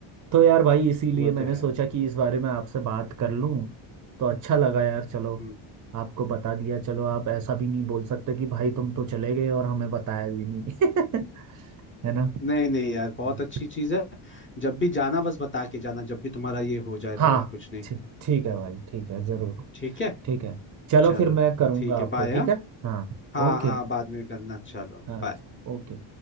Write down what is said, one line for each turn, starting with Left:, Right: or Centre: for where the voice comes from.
Right: तो यार भाई इसीलिए
Left: वो
Right: मैंने
Left: तो है
Right: सोचा कि इस बारे में आपसे बात कर लूं तो अच्छा लगा यार चलो
Left: हम्म।
Right: आपको बता दिया चलो आप ऐसा भी नहीं बोल सकते कि भाई तुम तो चले गए और हमें बताया भी नहीं <laughs> है ना
Left: नहीं नहीं यार बहुत
Right: हम्म।
Left: अच्छी चीज है जब भी जाना बस बता के जाना जब भी तुम्हारा ये हो जाए
Right: हाँ
Left: तो और कुछ नहीं
Right: ठीक ठीक है भाई ठीक है जरूर
Left: ठीक है
Right: ठीक है चलो
Left: चलो
Right: फिर मैं करूँगा
Left: ठीक
Right: आपको
Left: है बाय
Right: ठीक
Left: हाँ
Right: है हाँ
Left: हाँ
Right: ओके
Left: हाँ बाद में करना चलो
Right: हाँ
Left: बाय
Right: ओके